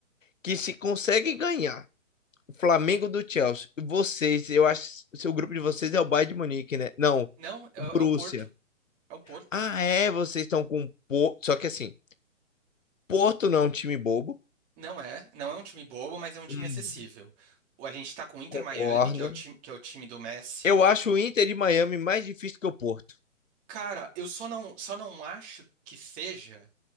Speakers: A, on the left; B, on the right.
A: que se conseguem ganhar o Flamengo do Chelsea. Vocês, eu acho, que o seu grupo de vocês é o Bayern de Munique, né? Não,
B: Não, é,
A: o Borussia.
B: é o Porto. É o Porto.
A: Ah, é, vocês estão com Porto, só que assim, Porto não é um time bobo.
B: Não é, não é um time bobo, mas é um time
A: Hum,
B: acessível. O- A gente tá com o Inter
A: concordo.
B: Miami, que é o time, que é o time do Messi.
A: Eu acho o Inter de Miami mais difícil que o Porto,
B: Cara, eu só não, só não acho que seja,